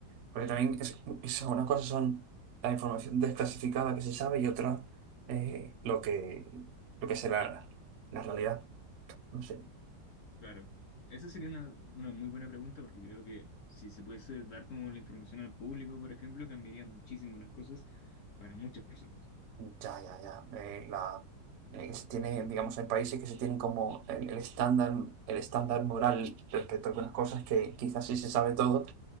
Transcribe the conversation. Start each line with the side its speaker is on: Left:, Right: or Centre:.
Right: Porque también es, es- una cosa son la información desclasificada que se sabe y otra eh, lo que, lo que será la, la realidad. No sé.
Left: Claro. Esa sería una, una muy buena pregunta porque creo que si se pudiese dar como la información al público, por ejemplo, cambiaría muchísimo las cosas para muchas personas.
Right: Ya, ya, ya. Eh, la, eh, que se tiene, digamos, hay países que se tienen como el, el estándar, el estándar moral respecto a algunas cosas que quizás si se sabe todo,